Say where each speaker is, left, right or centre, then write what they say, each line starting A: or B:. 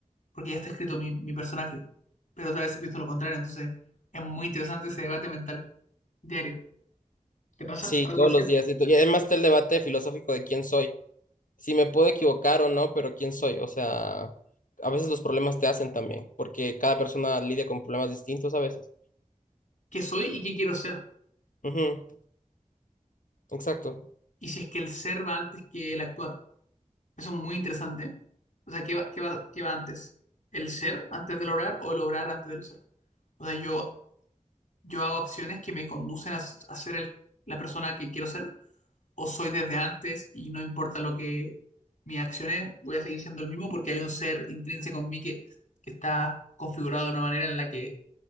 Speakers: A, on the left; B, on the left.
A: porque ya está escrito mi, mi personaje. Pero otra vez pienso lo contrario, entonces es muy interesante ese debate mental diario. ¿Te pasa
B: Sí,
A: algo
B: todos
A: parecido?
B: los días. Y t- y además está el debate filosófico de quién soy. Si me puedo equivocar o no, pero quién soy. O sea, a veces los problemas te hacen también, porque cada persona lidia con problemas distintos a veces.
A: ¿Qué soy y qué quiero ser?
B: Ujú, exacto.
A: Y si es que el ser va antes que el actuar. Eso es muy interesante. ¿eh? O sea, ¿qué va, qué va, qué va antes? ¿El ser antes de lograr o el lograr antes del ser? O sea, yo yo hago acciones que me conducen a, s- a ser el- la persona que quiero ser, o soy desde antes y no importa lo que mis acciones, voy a seguir siendo el mismo porque hay un ser intrínseco en mí que, que está configurado de una manera en la que